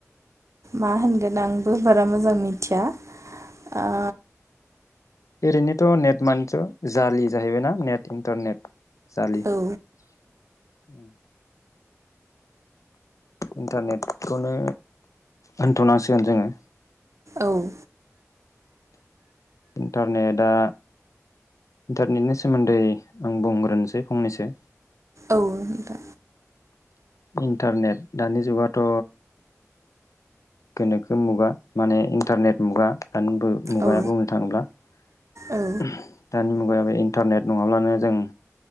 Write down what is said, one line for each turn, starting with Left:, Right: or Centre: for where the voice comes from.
Right: मा होनगोन आंबो बारा मोजां मिथिया ओ
Left: ओरैनोथ' नेट मानिथ' जालि जाहैबायना नेट इन्टारनेट जालि उम।
Right: ओ
Left: इन्टारनेटखौनो होनथ'नांसिगोन जोङो।
Right: औ।
Left: इन्टारनेटआ इन्टारनेटनि सोमोन्दै आं बुंग्रोनोसै फंनैसो
Right: औ दा
Left: इन्टारनेट दानि जुगाथ' गोनोखो मुगा माने इन्टारनेट मुगा दानि मुगाया
Right: औ
Left: बुंनो थाङोब्ला ओहोम
Right: औ
Left: दानि मुगा बे इन्टारनेट नङाब्लानो जों